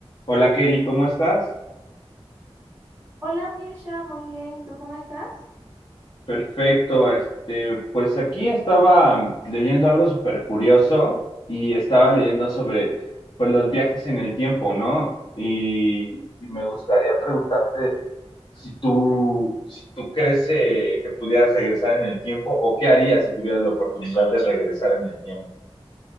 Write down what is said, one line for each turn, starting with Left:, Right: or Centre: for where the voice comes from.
Left: Hola Kelly, ¿cómo estás?
Right: Hola Mircha, muy bien. ¿Y tú cómo estás?
Left: Perfecto, este, pues aquí estaba mm, leyendo algo súper curioso y estaba leyendo sobre pues los viajes en el tiempo, ¿no? Y, y me gustaría preguntarte si tú, si tú crees eh, que pudieras regresar en el tiempo o qué harías si tuvieras la oportunidad de regresar en el tiempo.